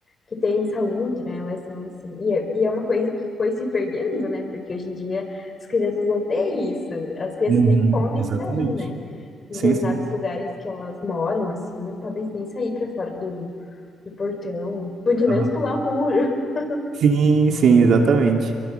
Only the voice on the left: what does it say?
que têm saúde, né, elas são assim. E é, e é uma coisa que foi se perdendo, né? Porque hoje em dia as crianças não têm isso. As crianças
nem podem
sair, né? Em
determinados
lugares que elas moram, assim, não podem nem sair para fora do, do portão. Muito
menos pular o muro. <laughs>